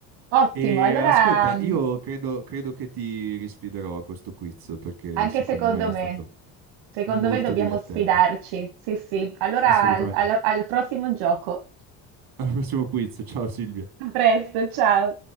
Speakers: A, on the right; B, on the right.
A: Ottimo,
B: E
A: allora
B: ascolta,
A: mm,
B: io credo, credo che ti risfiderò a questo quiz, perché
A: Anche
B: secondo
A: secondo
B: me è
A: me,
B: stato
A: secondo
B: molto
A: me dobbiamo
B: divertente.
A: sfidarci. Sì, sì. Allora
B: Assolutamente.
A: al al- al prossimo gioco.
B: Al prossimo quiz. Ciao Silvia.
A: A presto, ciao.